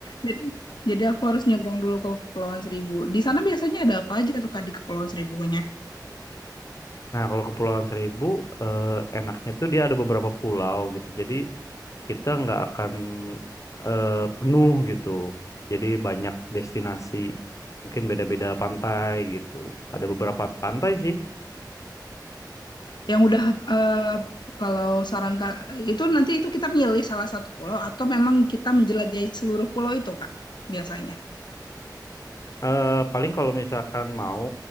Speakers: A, on the left; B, on the left.
A: Jadi, jadi aku harus nyebrang dulu ke Kepulauan Seribu. Di sana biasanya ada apa aja tuh, Kak, di Kepulauan Seribunya?
B: Nah kalau Kepulauan Seribu eh, enaknya tuh dia ada beberapa pulau gitu. Jadi kita nggak akan eh, penuh gitu. Jadi banyak destinasi mungkin beda-beda pantai gitu. Ada beberapa pantai sih.
A: Yang udah eh, kalau saran Kak itu nanti itu kita milih salah satu pulau atau memang kita menjelajahi seluruh pulau itu, Kak, biasanya.
B: Eh, paling kalau misalkan mau